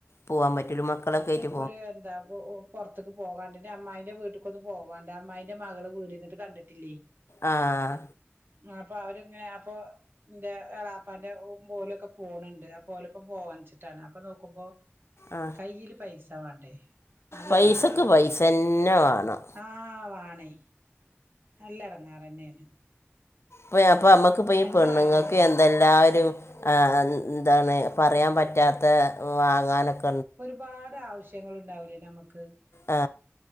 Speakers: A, on the left (about 65°); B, on the right (about 50°).
A: പോവാപറ്റോ മക്കളെക്കേറ്റ്
B: പൊരേ ന്താ പൊ പൊറ്ത്ത്ക്ക് പോവാണ്ട് ന്റെ അമ്മായിന്റെ വീട്ടുക്കൊന്ന് പോവാണ്ട് ന്റെ അമ്മായിന്റെ മകള് വീടിരിന്ന്ട്ട് കണ്ടിട്ടില്ലേയ്.
A: ആഹ്
B: ആഹ് പ്പോ അവരിങ്ങനെ അപ്പൊ ന്റെ എളാപ്പാന്റെ ഓലൊക്കെ പോണ് ണ്ട് അപ്പൊ ഓലോപ്പം പോവാച്ചിട്ടാണ് അപ്പൊ നോക്കുമ്പോ
A: ആ
B: കയ്യില് പൈസ ന്താ വാണ്ടേ നല്ല
A: പൈസക്ക്
B: എടങ്ങാറാണ്
A: പൈസ
B: പ്പത്തെ
A: തന്നെ വേണം
B: ആഹ് വാ വാണെ നല്ല എടങ്ങാറന്നേന്.
A: പുയാപ് ഇപ്പോനമുക്ക്പ്പോം ഈ
B: എന്തായാലും
A: പെണ്ണുങ്ങൾക്ക് എന്തെല്ലാം ഒരു അ ആ എന്താണ് പറയാൻ പറ്റാത്ത വാങ്ങാനൊകെ-
B: ഒരുപാട് ആവശ്യങ്ങൾ ഉണ്ടാവി ല്ലെനമ്മക്ക്
A: ആ